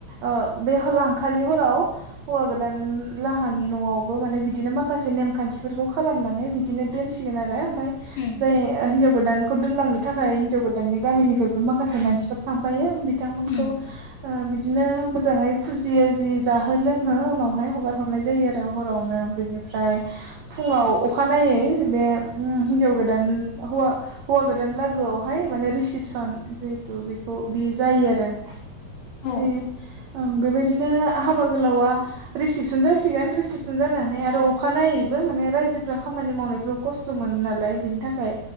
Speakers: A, on the right; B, on the left.
A: ओ। एहोलांखालि। <inaudible> फ्राव हौवा गोदान लाहानि न'आवबो माने बिदिनो माखासे नेम खान्थिफोरखौ खालामनानै। बिदिनो दोनसिगोन आरो ओमफाय
B: उम
A: जाय ओ हिनजाव। गोदानखौ दोनलांनो थाखाय हिनजाव गोदाननि गामिनिफायबो माखासे मानसिफोर थांफायो बि। बिथांमोनखौ
B: उम
A: ओ बिदिनो मोजाङै फुजियो जि। जाहो लोंहो उनावहाय हगार हरनाय जायो आरो हरावनो बेनिफ्राय फुङाव अखानायनायै। <inaudible> बे उ हिनजाव गोदान हौवा-हौवा गोदान लागोआवहाय माने रिसिपसन। जिहेथु बेखौ बि जायो आरो
B: औ
A: बे ओं बेबायदिनो। हाबा गोलावा रिसिपसन जासिगोन रिसिपसन जानानै आरो अखानाययैबो माने रायजोफोरा खाम। मानि मावनायाव खस्थ' मोनो नालाय बिनि थाखाय